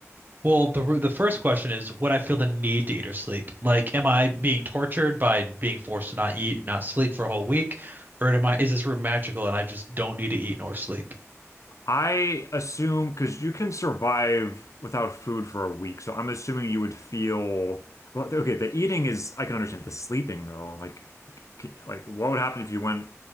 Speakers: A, on the right; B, on the left.
A: Well, the the first question is, would I feel the need to eat or sleep? Like, am I being tortured by being forced to not eat, not sleep for a whole week, or am I is this room magical and I just don't need to eat nor sleep?
B: I assume because you can survive without food for a week, so I'm assuming you would feel well. Okay, the eating is I can understand. The sleeping though, like, c- like what would happen if you went